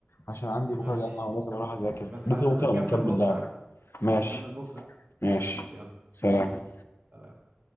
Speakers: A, on the left; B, on the right.
A: عشان عندي
B: ماشي
A: بكرة جامعة ولازم أروح أذاكر
B: بس
A: بكرة
B: هنكمل
A: بكرة بنكمل
B: بكرة
A: لعب ماشي
B: هنكمل بكرة
A: ماشي
B: ماشي يلا
A: سلام
B: يلا سلام.